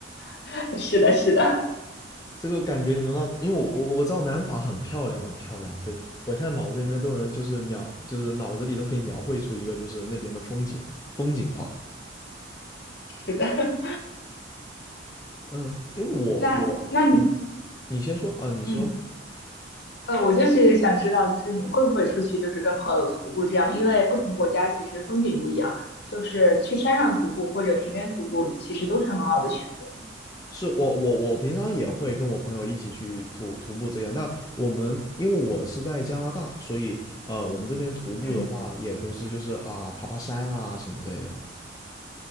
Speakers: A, on the left (about 60°); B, on the left (about 20°).
A: <laughs> 是的，是的，
B: 这个感觉你们那，因为我我我知道南法很漂亮很漂亮，所以我现在脑子里面都能就是描，就是脑子里都可以描绘出一个就是那边的风景风景画。
A: 是的。
B: 嗯，因为我我嗯，
A: <laughs> 那那你，
B: 你先说啊，你说
A: 嗯。呃，我就是想知道，就是你会不会出去，就是跟朋友徒步这样？因为不同国家其实风景不一样，就是去山上徒步或者平原徒步，其实都是很好的选择。
B: 是我我我平常也会跟我朋友一起去徒徒步这样，但我们因为我是在加拿大，所以呃我们这边徒步的话也都是就是啊爬爬山啊什么之类的。
A: 嗯